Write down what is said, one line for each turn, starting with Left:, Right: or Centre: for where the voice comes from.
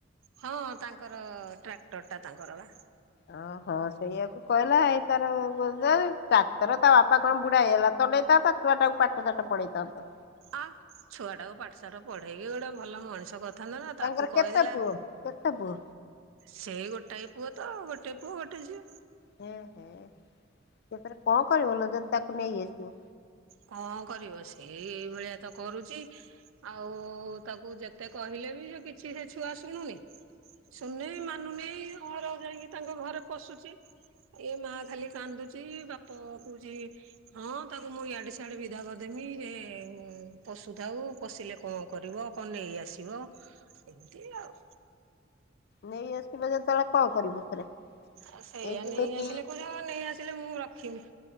Right: ହଁ ତାଙ୍କର ଟ୍ରାକ୍ଟର୍ ଟା ତାଙ୍କର ବା।
Left: ଓ ହୋ ସେଇଆକୁ କହିଲା ଏଇ ତାର <unintelligible> ଟାକ୍ଟର ତା ବାପା କଣ ବୁଢା ହେଇଗଲା ଚଲେଇଥାନ୍ତା ଛୁଆଟା କୁ ପାଠ ସାଠ ପଢେଇଥାନ୍ତା
Right: ଆଁ- ଛୁଆ ଟାକୁ ପାଠଶାଠ ପଢେଇକି ଗୋଟେ ଭଲ ମଣିଷ କରି ଥାନ୍ତା ନା
Left: ତାଙ୍କର
Right: ତାକୁ କହିଦେଲା
Left: କେତେ ପୁଅ କେତେ ପୁଅ
Right: ସେଇ ଗୋଟାଏ ପୁଅ ତ ଗୋଟେ ପୁଅ ଗୋଟେ ଝିଅ।
Left: ହଁ- ହଁ ସେ <unintelligible> କଣ କରିବ ଯଦି ତାକୁ ନେଇ ଯାଇଥିବ।
Right: କଣ କରିବ ସେ ଏଇ ଭଳିଆ ତ କରୁଚି। ଆଉ ତାକୁ ଯେତେ କହିଲେ ବି ସେ କିଛି ସେ ଛୁଆ ଶୁଣୁନି। ଶୁଣ୍ ନେଇ ମାନୁନି ଅହରହ ଯାଇଁକି ତାଙ୍କ ଘରେ ପଶୁଚି। ଏଇ ମା ଖାଲି କାନ୍ଦୁଚି ବାପ କହୁଚି ହଁ- ତାକୁ ମୁଁ ଇଆଡେ ସିଆଡେ ବିଦା କରିଦେମି ସେ ପଶୁଥାଉ ପଶିଲେ କଣ କରିବ। କଣ୍ ନେଇ ଆସିବ ଏମିତି ଆଉ।
Left: ନେଇ ଆସିବ ଯେତେବେଳେ କଣ୍ କରିବୁ ଫେରେ।
Right: ଆ ସେଇଆା
Left: ଏଇ ଯେମିତି
Right: ନେଇ ଆସିଲେ କହୁଚି ହଁ ନେଇ ଆସିଲେ ମୁଁ ରଖିବି।